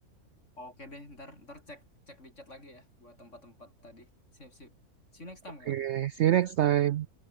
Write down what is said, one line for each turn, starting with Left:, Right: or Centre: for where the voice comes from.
Left: Oke deh, ntar ntar cek cek di chat lagi ya buat tempat-tempat tadi. Sip sip. See you next time,
Right: Oke,
Left: Kak.
Right: see you next time.